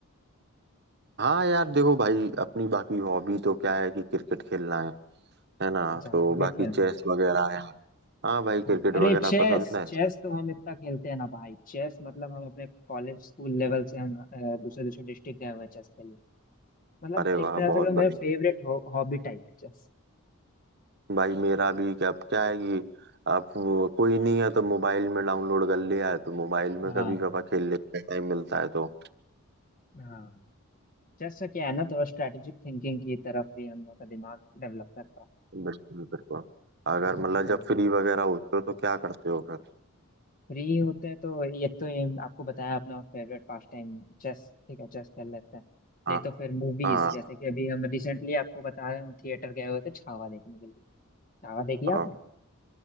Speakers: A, on the right; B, on the left.
A: हाँ यार देखो भाई अपनी बाकी हॉबी तो क्या है कि क्रिकेट खेलना है है ना
B: अच्छा
A: तो
B: क्रिकेट
A: बाकी
B: खेलते
A: चेस
B: हैं
A: वगैरह है हाँ भाई क्रिकेट
B: हम्म, अरे
A: वगैरह
B: चेस
A: पसंद है
B: चेस तो हम इतना खेलते हैं ना भाई चेस मतलब हम अपने कॉलेज स्कूल लेवल से हम अ, दूसरे दूसरे डिस्ट्रिक्ट गए हुए हैं चेस खेलने मतलब
A: अरे
B: एक
A: वाह
B: तरह
A: बहुत
B: से मेरा
A: बढ़िया
B: फेवरेट हॉबी टाइप है चेस
A: भाई मेरा भी क्या क्या है कि आप वो- कोई नहीं है तो मोबाइल में डाउनलोड कर लिया है तो मोबाइल में
B: हाँ
A: कभी कभार खेल लेते हैं टाइम मिलता है तो
B: हाँ जैसा क्या है ना थोड़ा स्ट्रेटेजिक थिंकिंग की तरफ भी हम लोग का दिमाग डेवलप करता है
A: बिल्कुल बिल्कुल अगर मतलब
B: हम्म,
A: जब फ्री वगैरह होते हो तो क्या करते हो फिर
B: फ्री होते हैं तो एक तो ये आपको बताया अपना फेवरेट पास टाइम चेस ठीक है चेस खेल लेते हैं नहीं
A: हाँ
B: तो फिर मूवीज
A: हाँ
B: जैसे कि अभी हम रिसेंटली आपको बता रहे हैं हम थिएटर गए हुए थे छावा देखने के लिए छावा देखी
A: हाँ।
B: आपने